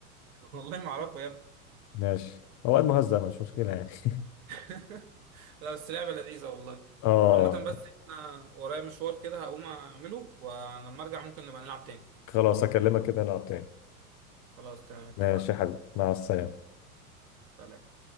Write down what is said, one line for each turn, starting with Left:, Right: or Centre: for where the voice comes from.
Right: <laughs> والله ما اعرفه يا ابني
Left: ماشي هو قاعد مهزأ مش مشكله يعني <laughs>
Right: <laughs> لا بس لعبه لذيذه والله
Left: اه
Right: عامه بس انا ورايا مشوار كده هقوم اعمله ولما ارجع ممكن نبقى نلعب تاني
Left: خلاص اكلمك كده نلعب تاني
Right: خلاص تمام اتفقنا
Left: ماشي يا حبيبي مع السلامه
Right: سلام